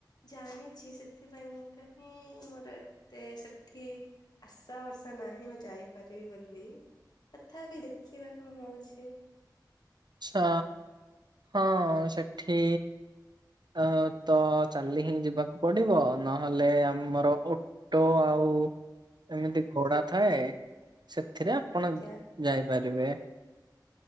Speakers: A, on the left (about 60°); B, on the right (about 70°).
A: ଜାଣିଛି ସେଥିପାଇଁ କାହିଁ ମୋର ଏତେ ସେଠି ଆଶା ଭରଷା ନାହିଁ ମୁଁ ଯାଇପାରିବି ବୋଲି ତଥାପି ଦେଖିବା କଣ ହଉଛି
B: ଆଛା ହଁ ସେଠି ଅ ତ ଚାଲି ହିଁ ଯିବାକୁ ପଡିବ ନହେଲେ ଆମର ଅଟୋ ଆଉ ହଉ ଏମିତି ଘୋଡ଼ା ଥାଏ ସେଥିରେ ଆପଣ
A: ଆଜ୍ଞା।
B: ଯାଇପାରିବେ